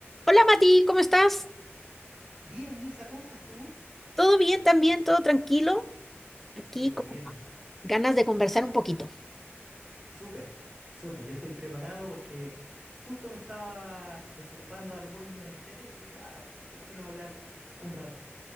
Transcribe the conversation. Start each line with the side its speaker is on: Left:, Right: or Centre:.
Centre: Hola Mati, ¿cómo estás?
Right: Bien, Mirza, ¿cómo estás tú?
Centre: ¿Todo bien también? ¿Todo tranquilo? Aquí
Right: Qué bueno,
Centre: con ganas de conversar un poquito.
Right: súper, súper. Yo estoy preparado porque justo me estaba desocupando de algunos menesteres y dije, ah, ¿por qué no hablar un ratito?